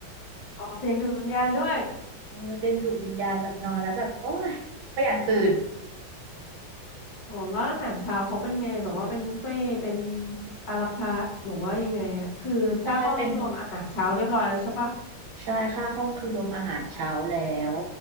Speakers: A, on the left; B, on the right.
A: อ๋อเตียงดูดวิญญาณด้วย
B: เออเตียงดูดวิญญาณแบบนอนแล้วแบบโอ้ยไม่อยากตื่น
A: อ๋อแล้วอาหารเช้าเขาเป็นไงแบบว่าเป็นบุฟเฟ่ต์เป็นอาราคาร์ทหรือว่ายังไงอ่ะคือค่าห้องนี่รวมอาหารเช้าเรียบร้อยแล้วใช่ปะ
B: ใช่เป็นบุฟใช่ค่าห้องคือรวมอาหารเช้าแล้ว